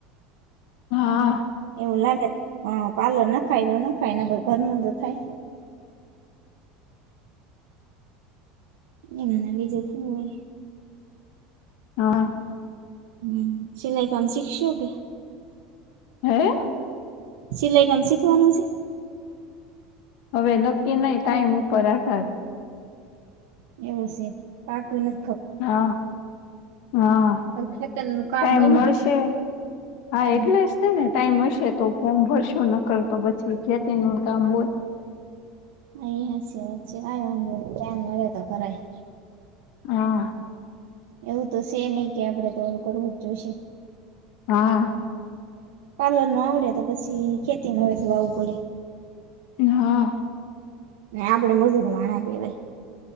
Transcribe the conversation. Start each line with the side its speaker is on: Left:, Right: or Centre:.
Left: હા
Right: એવું લાગે હ પાર્લર નાખાય તો નખાય ઘરનું તો થાય. એમના બી જતું હોય
Left: હા
Right: હમ સિલાઈ કામ શીખશો કે
Left: હૈ?
Right: સિલાઈ કામ શીખવાનું છે?
Left: હવે નક્કી નહી ટાઈમ ઉપર આધાર
Right: એવું સે <inaudible>
Left: હા હા
Right: હવે ખેતરનું કામ
Left: એમ
Right: હોય ને
Left: મળશે હા
Right: હમ
Left: એટલે ને ટાઈમ હશે તો ફોર્મ ભરશો નકર તો પછી ખેતી નુ કામ હોય.
Right: અ હાચી વાત છે કઈ વાંધો ન ટાઈમ મળે તો કરાય
Left: હા
Right: એવું તો છે નહી કે આપડે તો ઓલું કરવું જ જોઈશે.
Left: હા
Right: પાર્લર નું આવડે તો પછી ખેતી માં <inaudible> પડે
Left: હા
Right: ને આપડે મજૂર વાળા કેવાઈ.